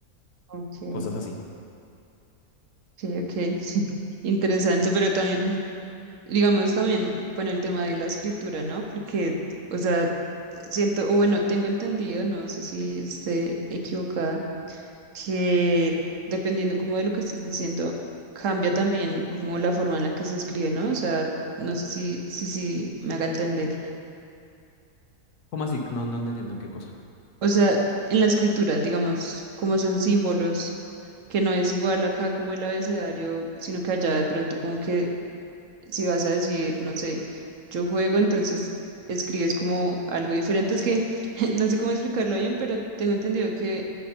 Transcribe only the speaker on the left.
Cosas así.
¿Cómo así? No, no entiendo qué cosa.